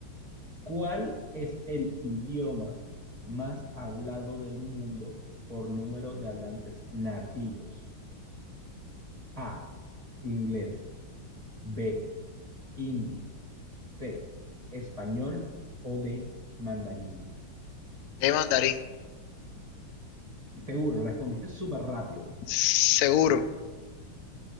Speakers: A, on the right; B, on the left.
A: ¿cuál es el idioma más hablado del mundo por número de hablantes nativos? A, inglés. B, hindi, C, español o D, mandarín.
B: De mandarín,
A: Seguro, respondiste súper rápido.
B: seguro.